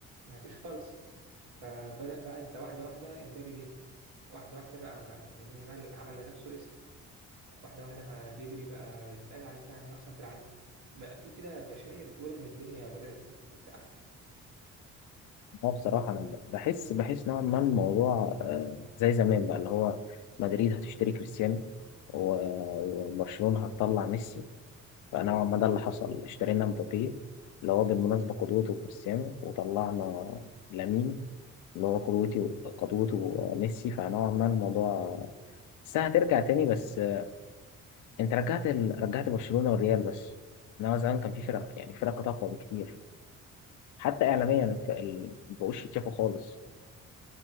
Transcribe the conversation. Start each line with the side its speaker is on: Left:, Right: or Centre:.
Right: مفيش خالص فبدأ بقى أنت واحدة واحدة إمبابي جه واحدة واحدة بقى لامين يامال عمل لنفسه اسم واحدة واحدة ما بدري بقى يتقال عليه فعلا إنه أحسن في العالم بقى في كده بشاير تقول إن الدنيا بدأت تروح في حتة أحسن
Left: اه بصراحة أنا ب- بحس بحس نوعا ما الموضوع آه، زي زمان بقى اللي هو مدريد هتشتري كريستيانو و- وبرشلونة هتطلع ميسي فنوعا ما ده اللي حصل اشترينا مبابي اللي هو بالمناسبة قدوته وكريستيانو وطلعنا لامين اللي هو قدوتي قدوته ميسي فنوعا ما الموضوع الساعة هترجع تاني بس آه، انت رجعت ال... رجعت برشلونة والريال بس انما زمان كان في فرق يعني فرق اقوى بكتير حتى اعلاميا الف- ال- مبقوش يتشافوا خالص